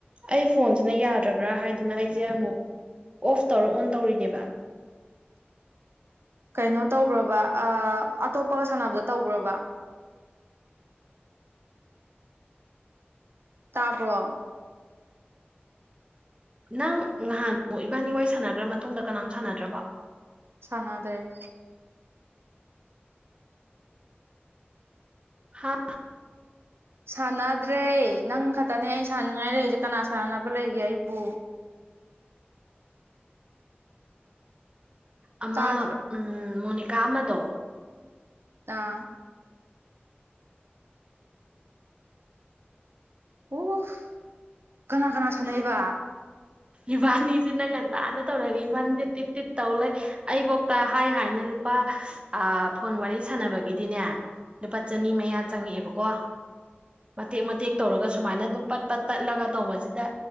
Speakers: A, on the right; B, on the right.
A: ꯑꯩ ꯐꯣꯟꯁꯤꯅ ꯌꯥꯗ꯭ꯔꯕ꯭ꯔꯥ ꯍꯥꯏꯗꯅ ꯑꯩ ꯇꯦ ꯑꯃꯛ ꯑꯣꯐ ꯇꯧꯔ ꯑꯣꯟ ꯇꯧꯔꯤꯅꯦꯕ
B: ꯀꯩꯅꯣ ꯇꯧꯕ꯭ꯔꯕ ꯑ ꯑꯇꯣꯞꯄꯒ ꯁꯥꯟꯅꯕꯗ ꯇꯧꯕ꯭ꯔꯕ ꯇꯥꯕ꯭ꯔꯣ
A: ꯅꯪ ꯅꯍꯥꯟꯃꯨꯛ ꯏꯕꯥꯅꯤ ꯋꯥꯏ ꯁꯥꯟꯅꯒ꯭ꯔ ꯃꯇꯨꯡꯗ ꯀꯅꯥꯝ ꯁꯥꯟꯅꯗ꯭ꯔꯕ
B: ꯁꯥꯟꯅꯗ꯭ꯔꯦ
A: ꯍꯥ
B: ꯁꯥꯟꯅꯗ꯭ꯔꯦ ꯅꯪ ꯈꯇꯅꯦ ꯑꯩ ꯁꯥꯟꯅꯅꯤꯡꯉꯥꯏ ꯂꯩꯔꯤꯁꯦ ꯀꯅꯥ ꯁꯥꯟꯅꯕ ꯂꯩꯔꯤꯒꯦ ꯑꯩꯕꯨ
A: ꯑꯃꯥ
B: ꯇꯥꯗ꯭ꯔ
A: ꯎꯝ ꯃꯣꯅꯤ ꯀꯥ ꯑꯃꯗꯣ
B: ꯑꯥ ꯑꯣ ꯀꯅꯥ ꯀꯅꯥ ꯁꯥꯟꯅꯩꯕ
A: ꯏꯕꯥꯅꯤꯁꯦ ꯅꯪ ꯉꯟꯇꯥꯗ ꯇꯧꯔꯒ ꯏꯕꯥꯅꯤꯅ ꯇꯤꯠ ꯇꯤꯠ ꯇꯧ ꯂꯩ ꯑꯩꯕꯣꯛꯇ ꯍꯥꯏ ꯍꯥꯏꯅ ꯂꯨꯄꯥ ꯑ ꯐꯣꯟ ꯋꯥꯔꯤ ꯁꯥꯟꯅꯕꯒꯤꯗꯤꯅꯦ ꯂꯨꯄꯥ ꯆꯅꯤ ꯃꯌꯥ ꯆꯪꯉꯛꯑꯦꯕꯀꯣ ꯃꯇꯦꯛ ꯃꯇꯦꯛ ꯇꯧꯔꯒ ꯁꯨꯃꯥꯏꯅ ꯑꯗꯨꯝ ꯄꯠ ꯄꯠ ꯇꯠꯂꯒ ꯇꯧꯕꯁꯤꯗ